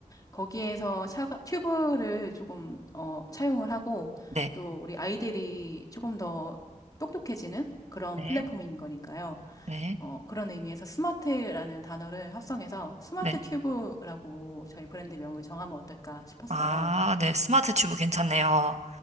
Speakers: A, on the left; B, on the right.
A: 거기에서 샤가, 튜브를 조금 어, 차용을 하고
B: 네,
A: 또 우리 아이들이 조금 더 똑똑해지는 그런
B: 네,
A: 플랫폼인 거니까요.
B: 네,
A: 어, 그런 의미에서 스마트라는 단어를 합성해서 스마트
B: 네.
A: 튜브라고 저희 브랜드 명을 정하면 어떨까 싶었어요.
B: 아, 네, 스마트 튜브 괜찮네요.